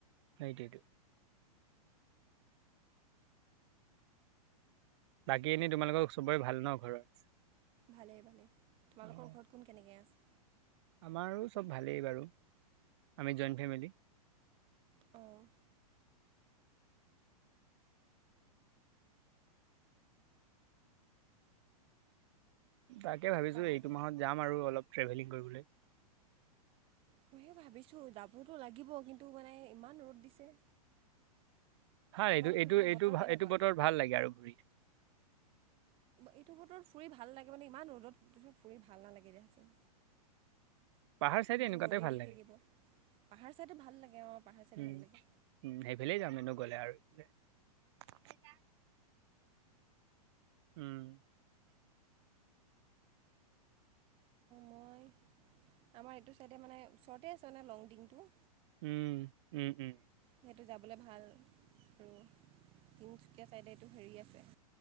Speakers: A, on the right; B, on the right.
A: সেইটোৱেটো। বাকী এনে তোমালোকৰ চবৰে ভাল ন ঘৰৰ?
B: ভালেই ভালেই তোমালোকৰ
A: অ
B: ঘৰত কোন কেনেকে আছে?
A: আমাৰো চব ভালেই বাৰু আমি জইণ্ট ফেমিলি।
B: অ'।
A: তাকে ভাবিছোঁ
B: কাৰ
A: এইটো মাহত যাম আৰু অলপ ট্ৰেভেলিং কৰিবলৈ।
B: মইহে ভাবিছোঁ যাবতো লাগিব কিন্তু মানে ইমান ৰ'দ দিছে।
A: হয়
B: তোমালোকৰ
A: এইটো - এইটো
B: সেইফালে
A: - এইটো
B: বতৰ কেনেকুৱা
A: - এইটো বতৰ ভাল লাগে আৰু ঘূৰি।
B: এইটো বতৰত ফুৰি ভাল লাগে মানে ইমান ৰ'দত ফুৰি ভাল নালাগে দিয়াচোন।
A: পাহাৰ
B: দিনটো
A: চাইডে এনেকুৱাতে
B: ৰ'দেই
A: ভাল
B: দি
A: লাগে।
B: থাকিব পাহাৰ চাইডে ভাল লাগে অঁ পাহাৰ চাইডে
A: উম
B: ভাল
A: উ
B: লাগে
A: সেইফালেই যাম এনেও গ'লে আৰু <unintelligible> উম।
B: মই আমাৰ এইটো চাইডে মানে ওচৰতে আছে নে লংডিংটো
A: উম, উম উম
B: যিহেতু যাবলৈ ভাল আৰু তিনিচুকীয়া চাইডে এইটো হেৰি আছে